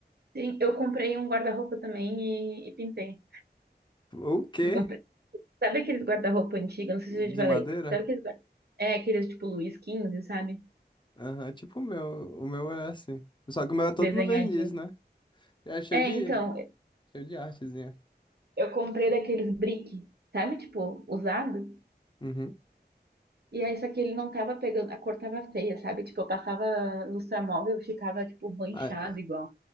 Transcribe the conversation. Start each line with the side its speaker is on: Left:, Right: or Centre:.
Right: Sim, eu comprei um guarda-roupa também e, e pintei.
Left: O quê?
Right: Eu comprei. Sabe aqueles guarda-roupa antigo? Não sei
Left: De
Right: se eu já te falei.
Left: madeira?
Right: Sabe aqueles guarda- É, aqueles tipo Luiz quinze sabe?
Left: Aham, é tipo o meu. O meu é assim. Só que o meu é todo
Right: Desenhadinho.
Left: no verniz, né? É cheio
Right: É,
Left: de,
Right: então,
Left: cheio de artezinha.
Right: eu comprei daqueles brick, sabe? Tipo, usado.
Left: Uhum.
Right: E aí, só que ele não tava pegando, a cor tava feia, sabe? Tipo, eu passava lustramóvel e ficava, tipo, manchado
Left: Ah,
Right: igual.